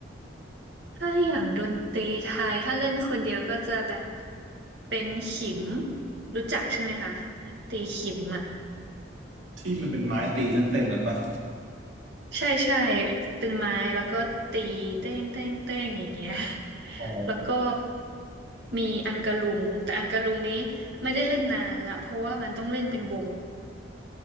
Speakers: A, on the right; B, on the right.
A: ถ้าอย่างดนตรีไทยถ้าเล่นคนเดียวก็จะแบบเป็นขิมรู้จักใช่ไหมคะตีขิมอ่ะ
B: ที่มันเป็นไม้ตีเส้นๆนั้นปะ
A: ใช่ใช่เป็นไม้แล้วก็ตีเต้งเต้งเต้งอย่างเงี้ย <laughs>
B: อ๋อ
A: แล้วก็มีอังกะลุง แต่อังกะลุงนี้ไม่ได้เล่นนานละ เพราะว่ามันต้องเล่นเป็นวง